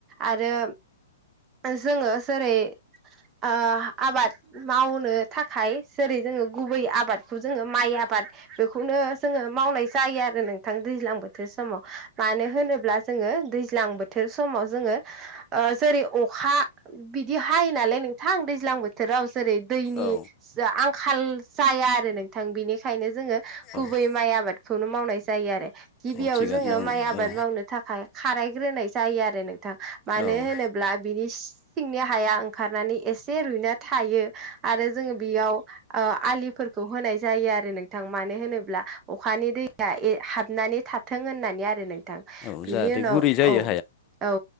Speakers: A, on the right; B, on the left.
A: आरो जोङो जेरै ओ आबाद मावनो थाखाय जेरै जोङो गुबै आबादखौ जोङो माइ आबाद बेखौनो जोङो मावनाय जायो आरो नोंथां दैज्लां बोथोर समाव मानो होनोब्ला जोङो दैज्लां बोथोर समाव जोङो ओ जेरै अखा बिदि हायो नालाय नोंथां दैज्लां बोथोराव जेरै दैनि
B: औ
A: जा आंखाल जाया आरो नोंथां बेनिखायनो जोङो गुबै
B: औ
A: माइ आबादखौनो मावनाय जायो आरो गिबियाव
B: औ थिगानो
A: जोङो
B: दं
A: माइ
B: औ
A: आबाद मावनो थाखाय खारायग्रोनाय जायो आरो नोंथां मानो
B: नोंथां औ
A: होनोब्ला ब्ला बिनि सिंनि हाया ओंखारनानै एसे रुइना थायो आरो जोङो बेयाव आलिफोरखौ होनाय जायो आरो नोंथां मानो होनोब्ला अखानि दैया हाबनानै था थों होननानै आरो नोंथां
B: औ
A: बेनि
B: जाहाथे
A: उनाव
B: गुरै जायो
A: औ औ